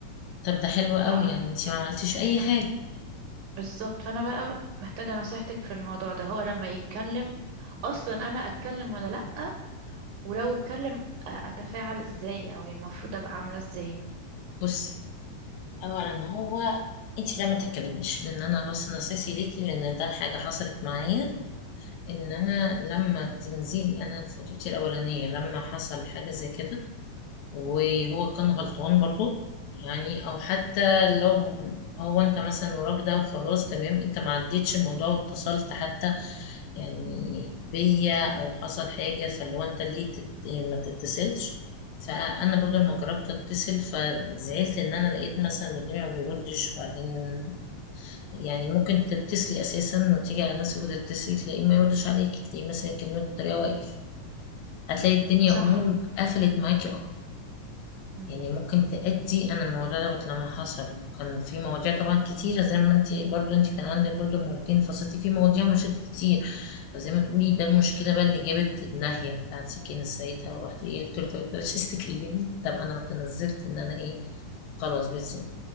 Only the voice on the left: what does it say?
طب ده حلو قوي
يعني انت ما عملتيش اي حاجه
بصي اولا هو انت لا ما تتكلميش لان انا بس نصيحتي ليكي لان ده حاجه حصلت معايا ان انا لما تنزلي انا في خطوبتي الاولانيه لما حصل حاجه زي كده وهو كان غلطان برضو يعني او حتى لو هو انت مثلا وراك ده وخلاص تمام انت ما عديتش الموضوع واتصلت حتى يعني بيا او حصل حاجة فاللي هو انت ليه تت... يعني ما تتصلش فانا برضو لما جربت اتصل فزعلت ان انا لقيت مثلا اللي قدامي ما بيردش وبعدين يعني ممكن تتصلي اساسا وتيجي على نفسك وتتصلي تلاقيه ما يردش عليك تلاقيه مثلا يكلمك بطريقة واقف هتلاقي الدنيا
امور قفلت معاكي اكتر.
يعني ممكن تأدي أنا الموضوع دوت لما حصل كان في مواضيع طبعا كتيرة زي ما انت برضو انت كان عندك برضو مرتين فصلتي في مواضيع ومشاكل كتير فزي ما تقولي ده المشكلة بقى اللي جابت الناهية بتاعتي كانت ساعتها ورحت ايه قلت له طب انت مش عايز تكلمني طب أنا رحت نزلت إن أنا ايه خلاص بس